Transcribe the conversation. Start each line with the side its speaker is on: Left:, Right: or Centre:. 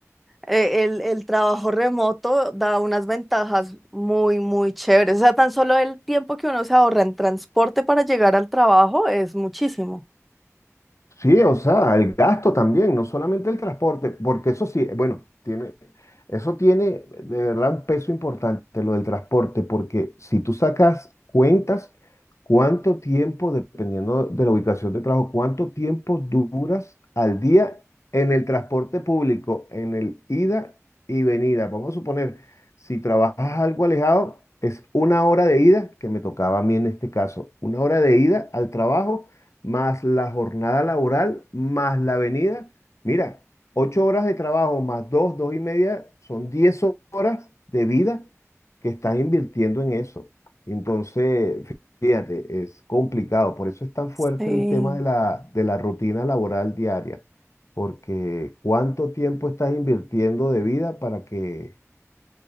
Centre: eh, el, el trabajo remoto da unas ventajas muy, muy chéveres. O sea, tan solo el tiempo que uno se ahorra en transporte para llegar al trabajo es muchísimo.
Left: Sí, o sea, el gasto también, no solamente el transporte, porque eso sí, bueno, tiene, eso tiene de verdad un peso importante, lo del transporte, porque si tú sacas cuentas, cuánto tiempo, dependiendo de la ubicación de trabajo, cuánto tiempo duras al día en el transporte público, en el ida y venida. Vamos a suponer, si trabajas algo alejado, es una hora de ida, que me tocaba a mí en este caso, una hora de ida al trabajo, más la jornada laboral, más la venida. Mira. Ocho horas de trabajo más dos, dos y media, son diez horas de vida que estás invirtiendo en eso. Entonces, fíjate, es complicado. Por eso es tan fuerte
Centre: Sí,
Left: el tema de la, de la rutina laboral diaria. Porque cuánto tiempo estás invirtiendo de vida para que,